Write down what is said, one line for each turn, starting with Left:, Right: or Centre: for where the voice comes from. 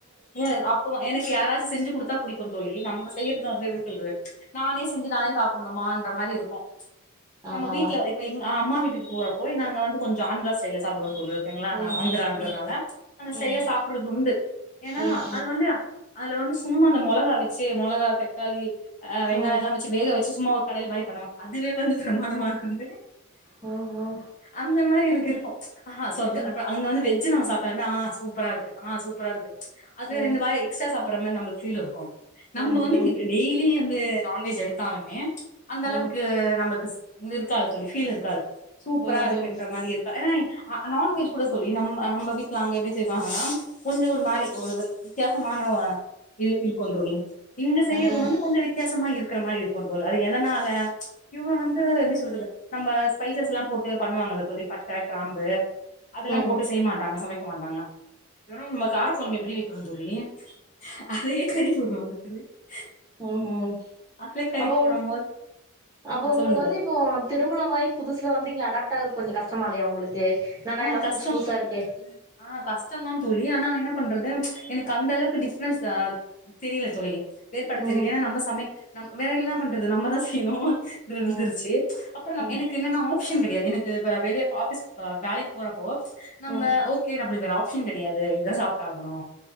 Left: ஏ அப்போவா எனக்கு யாராச்சு செஞ்சு குடுத்தா புடிக்கும் தோழி நம்ப செய்யறது வந்து எப்டி <unintelligible> நானே செஞ்சு நானே சாப்புட்ணு மான்ற மாரி இருக்கு நம்ம
Right: ஆஹா
Left: வீட்ல இப்ப எங் அம்மா வீட்டுக்கு போற போய் நாங்க வந்து கொஞ்சோ ஆந்திரா ஸ்டைல்ல சாப்டுவோ தோழி ஓகேங்களா
Right: ம்
Left: நா ஆந்திரன்றதுனால
Right: ம் ம்
Left: அந்த ஸ்டைல்ல
Right: ம்
Left: சாப்புட்றது உண்டு ஏன்னா
Right: ம்
Left: அது வந்து அதுல வந்து சும்மா நம்மோ மெளகா வச்சு மொளகா தக்காளி ஆ வெங்காயல்லா
Right: ம் ம்
Left: வச்சி வேகவச்சி சும்மா கடையல் மாரி பண்ணுவ அதுவே வந்து பிரமாதமா இருக்குன்ட்டு
Right: ம்
Left: அந்த மாரி எனக்கு இருக்கு ஆஹ சொர்க்க
Right: ம் ம்
Left: அப்ற அவங்க வந்து வெஜ் சின்னவ சாப்ட்டாலுமே ஆ ஆ சூப்பரா இருக்கு ஆ சூப்பரா இருக்கு அது
Right: ம் ம்
Left: ரென்டு வாய் எக்ஸ்ட்ரா சாப் பர்ற மாரி நம்மளுக்கு ஃபீல் இருக்கு
Right: ம்
Left: நம்ம வந்து
Right: ம்
Left: இன்னைக் டெய்லி வந்து நான்வெஜ் எடுத் தாலுமே அந்தளவுக்கு
Right: ம்
Left: நமக்கு இது இருக்காது தோழி ஃபீல் இருக்காது சூப்பரா
Right: ம் ம் ம் ம்
Left: இருக்குன்ற
Right: ம்
Left: மாரி இருக்கா ஏனா அ நான்வெஜ் கூட தோழி நம்ப நம்ப வீட்ல அங்க எப்படி செய்வாங்கன்னா கொஞ்ச ஒரு மாரி ஒரு வித்தியாசமான ஆ இ இருக்குந் தோழி இங்க செய்யறது
Right: ம்
Left: வந்து கொஞ்ச வித்தியாசமா இருக் கற மாரி இருக்கு தோல் அது எதனால இவங்க வந்து அ எப்டி சொல்றது நம்ம ஸ்பைசஸ் எல்லா போட்டு பண்ணுவாங்கல்ல தோழி பட்ட கிராம்பு அதெல்லா
Right: ம் ம் ம்
Left: போட்டு செய்ய மாட்டாங்க சமை க்க மாட்டாங்க வெறு நம்ம கார கொழம்பு எப்படி வெக்கிறோ தோழி அதே கறி <unintelligible>
Right: ம்
Left: அதுல கறி
Right: அப்போ
Left: போடும் போது
Right: அப்ப
Left: ஆ
Right: உங்களுக்கு
Left: சொல்லுங்க
Right: வந்து
Left: தோ
Right: இப்போ திருமணமாயி புதுசுல வந்து இங்க அடாப்ட் ஆகறக்கு கொஞ்ச கஷ் டமா இல்லையா உங்களுக்கு என்னடா
Left: ஆ
Right: எல்லா
Left: கஷ்டம்
Right: புதுசு புதுசா இருக்கே
Left: ஆ கஷ்டந்தா தோழி ஆனா என்ன பண்றது எனக்கு அந்தளவுக்கு டிஃப்ரென்ஸ் ஆ தெரியில தோழி ஏற்படுத்த தெரியில
Right: ம்
Left: இல்லன்னா நம்ம சமைக் நம் வேற என்னா பண்றது நம்மதா செய்ணு இருந்துருச்சி
Right: ம்
Left: அப்புற நா
Right: ம்
Left: எனக்கு என்னன்னா ஆப்ஷன் கெடையாது எனக் இப்ப நா வெளிய ஆபிஸ் வேலைக் போறப்போ நம்ப
Right: ம்
Left: ஓகே நம்ளுக் வேற ஆப் ப்ஷன் கெடையாது இது தா சாப்ட்டாகணு